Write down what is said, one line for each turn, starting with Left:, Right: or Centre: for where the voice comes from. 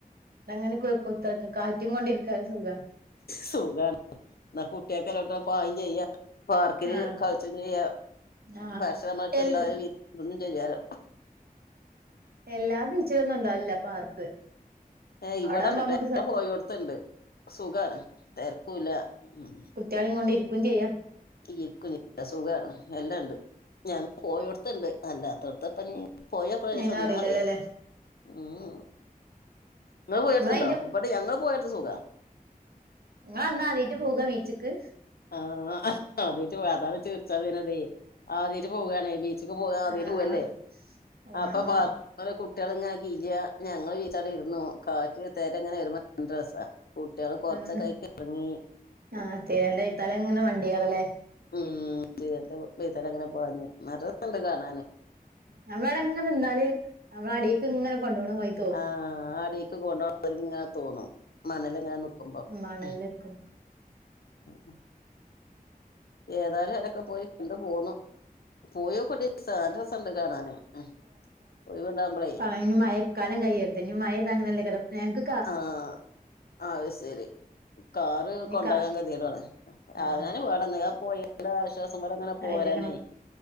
Right: അങ്ങനെ കുത്തർക്കാ കാറ്റും കൊണ്ടിരിക്കാ സുഖാ
Left: സുഖാണ് എന്നാ കുട്ടിയെക്ക് എല്ലോടത്തും ഒക്കെ പായ് ചെയ്യാ പാർക്കില്
Right: ആഹ്
Left: കളച്ചം ചെയ്യ
Right: ആഹ്
Left: ഭക്ഷണമത്ത്
Right: എൽ
Left: ണ്ടായാ <unintelligible> ചെയ്യാലോ
Right: എല്ലാ ബീച്ചിലൊന്നും ഉണ്ടാവലില്ല പാർക്ക്
Left: ഏ ഇവിടെണ്ട്ട്ടോ
Right: അവിടെ ആവുമ്പോ നമുക്ക്
Left: ഇവിടെ
Right: സ
Left: പോയോട്ത് ഇണ്ട് സുഖാണ് തെരക്കൂല്ല ഉ
Right: കുട്ടിയാളെ കൊണ്ടിരിക്കും ചെയ്യാം
Left: ഇരിക്കും ചെയ്യ സുഖാണ് എല്ലാം ഉണ്ട് ഞങ്ങൾ പോയോട്ത് ഇണ്ട് അല്ലാതോട്ത് ഇപ്പഞ്ഞി പോയൊക്കണം ഒരൂസം
Right: അയിനറിയില്ലല്ലോല്ലേ
Left: ന്നാ അറിയാം ഉം ങ്ങൾ പോയോട്ത്ണ്ടോ
Right: നിങ്ങള അയിന്റെ
Left: ബടെ ഞങ്ങൾ പോയോട്ത് സുഖാ
Right: ഇങ്ങള് അന്നാ ആദ്യായിട്ട് പോകാ ബീച്ചിക്ക്
Left: ആഹ ആദ്യാട്ട് പോവാണ് അതാണ് ചിരിച്ചാൻ വരുന്നതേ ആദ്യട്ട് പോവാണേ ബീച്ചക്ക് പോവാ ആദ്യായിട്ട്
Right: ആഹ്
Left: പോവല്ലേ അപ്പൊ
Right: ആഹ്
Left: പാർക്ക്‌ കുട്ടികൾ ഇങ്ങനെ കീഴാ ഞങ്ങൾ വിരിച്ചാണ്ട് ഇരുന്നു കാറ്റ് തേരങ്ങനെ വരുമ്പോ നല്ല രസാ കുട്ടികള് കൊറചോക്കെ
Right: ആഹ്
Left: അയ്ക്ക് എറങ്ങി
Right: ആഹ് തേരന്റെ വൈത്താലേ ഇങ്ങനെ മണ്ടിയാവുംല്ലേ
Left: ഉം തിരന്റെ വൈത്താലേ ഇങ്ങനെ പാഞ് നല്ല രസണ്ട് കാണാന്
Right: നമ്മള് അവിടെ ഇങ്ങനെ നിന്നാല് നമ്മളെ അടിക്ക് ഇങ്ങനെ കൊണ്ടോവ്ണ മായി
Left: ആഹ് അടീക്ക് കൊണ്ടോ <unintelligible> ഇങ്ങനെ തോന്നും മണല് ഇങ്ങനെ നിക്കുമ്പോ
Right: മണലൊക്കെ
Left: ഉം ഉം ഏതാനും അയ്ലൊക്കെ പോയി കണ്ടു പോന്നു പോയോകൊണ്ടി ഒരീസൊ നല്ല രസണ്ട് കാണാാന് ഉം ഒയിവ്ണ്ടാവുമ്പളേ
Right: അയ്ന് മഴക്കാലം കയ്യട്ടെ ഞ് മഴയ്ത അങ്ങനെല്ലകരം ഞൻക്ക്
Left: ആഹ് അഹ് ശരി കാറ്
Right: ഇനി
Left: കൊണ്ടാകാൻ
Right: കാ
Left: കദ്യേടാണ് തില്ല
Right: ആഹ്
Left: ആവ്നാന് <unintelligible> പോയി ന്തരാശ്വാസം പോലെ ങ്ങനെ പോരാനേ
Right: അയിലങ്ങനെ